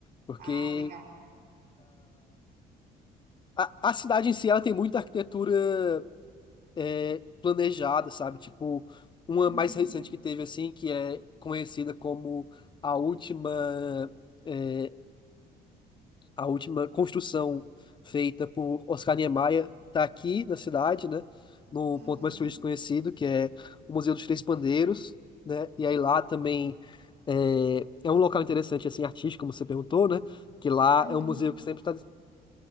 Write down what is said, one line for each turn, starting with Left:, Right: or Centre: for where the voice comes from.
Left: Porque
Right: Ah, legal.
Left: a, a cidade em si, ela tem muita arquitetura é, planejada, sabe? Tipo, uma
Right: Uhum.
Left: mais recente que teve, assim, que é conhecida como a última é, a última construção feita por Oscar Niemeyer está aqui na cidade, né? No
Right: Aham.
Left: ponto mais turístico conhecido, que é o Museu dos Três Pandeiros, né? E aí lá também é, é um local interessante, assim, artístico, como você perguntou, né? Que lá
Right: Uhum.
Left: é um museu que sempre está